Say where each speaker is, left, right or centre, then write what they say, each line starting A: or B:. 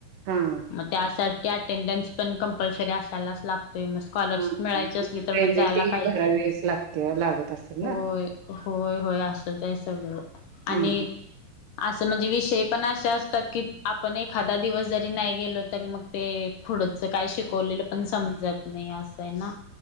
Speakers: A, on the right; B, on the left.
A: हा. हा
B: मग त्यासाठी अटेंडन्स पण कंपल्सरी असायलाच लागतोय मस्त स्कॉलरशिप
A: हा.
B: मिळायची असली
A: प्रेझेंटी
B: तर मग जायला पाहिजेत.
A: भरावीच लागते लागत असंल.
B: होय होय होय असच आहे सगळं आणि.
A: हा हा.
B: असं म्हणजे विषय पण अशे असतात की आपण एखादा दिवस जरी नाही गेलो तरी मग ते पुढंच काय शिकवलेलं पण समजत नाही असं आहे ना